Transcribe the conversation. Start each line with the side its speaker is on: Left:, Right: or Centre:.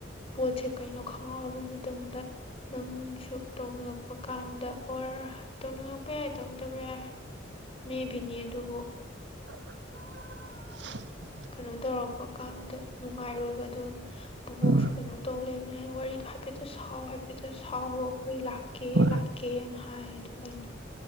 Left: ꯄꯣꯠꯁꯦ ꯀꯩꯅꯣ ꯈꯪꯪꯂꯛꯑꯕ ꯃꯇꯝꯗ ꯅꯪꯁꯨ ꯇꯧꯅꯤꯡꯉꯛꯄ ꯀꯥꯟꯗ ꯑꯣꯔ ꯇꯧꯅꯤꯡꯉꯛꯄ ꯌꯥꯏ ꯇꯧꯅꯤꯡꯗꯕ ꯌꯥꯏ ꯃ ꯅꯤꯗꯨꯕꯨ
Right: <unintelligible>
Left: ꯀꯩꯅꯣ ꯇꯧꯔꯛꯄ ꯀꯥꯟꯗ ꯅꯨꯡꯉꯥꯏꯔꯣꯏꯕ ꯑꯗꯨꯅꯤ ꯕꯨꯕꯣꯛꯁꯨ
Right: ꯎꯝ
Left: ꯀꯩꯅꯣ ꯇꯧ ꯂꯩꯅꯤꯅ ꯋꯥꯔꯤ ꯍꯥꯏꯐꯦꯠꯇ ꯁꯥꯎ ꯍꯥꯏꯐꯦꯠꯇ ꯁꯥꯎꯋ ꯑꯩꯈꯣꯏ ꯂꯥꯛꯀꯦ
Right: ꯍꯣꯏ
Left: ꯂꯥꯛꯀꯦꯅ ꯍꯥꯏꯗꯣ ꯑꯩꯅ